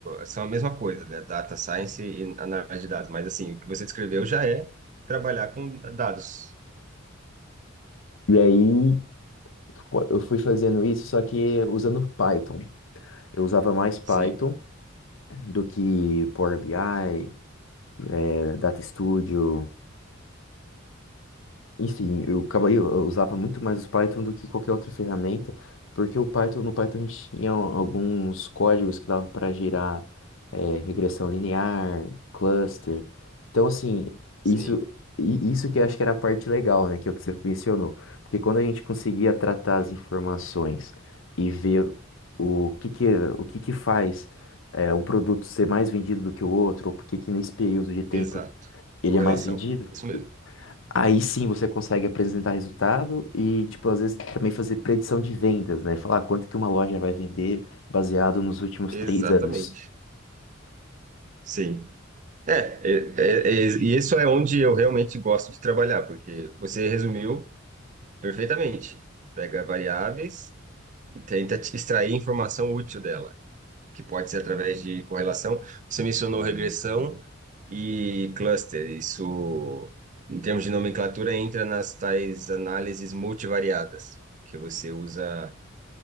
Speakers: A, on the right (about 40°); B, on the left (about 70°).
A: são a mesma coisa, né? Data science e análise de dados. Mas, assim, o que você descreveu já é trabalhar com dados.
B: E aí pô, eu fui fazendo isso, só que usando Python. Eu usava mais Python
A: Sim,
B: do que Power BI, eh, Data Studio. Enfim, eu acabei, eu usava muito mais o Python do que qualquer outra ferramenta, porque o Python, no Python a gente tinha alguns códigos que dava para gerar é, regressão linear, cluster. Então, assim,
A: sim.
B: isso, i- isso que eu acho que era a parte legal, né, que é o que você mencionou. Porque quando a gente conseguia tratar as informações e ver o que que, o que que faz é, um produto ser mais vendido do que o outro, ou por que que nesse período de tempo
A: Exato.
B: ele
A: Correlação.
B: é mais vendido,
A: É isso mesmo.
B: Aí sim você consegue apresentar resultado e, tipo, às vezes também fazer predição de vendas, né? Falar quanto que uma loja vai vender baseado nos últimos
A: Exatamente.
B: três anos.
A: Sim. É, é, é, é, e isso é onde eu realmente gosto de trabalhar, porque você resumiu perfeitamente. Pega variáveis e tenta te extrair informação útil dela, que pode ser através de correlação. Você mencionou regressão e cluster. Isso, em termos de nomenclatura, entra nas tais análises multivariadas, que você usa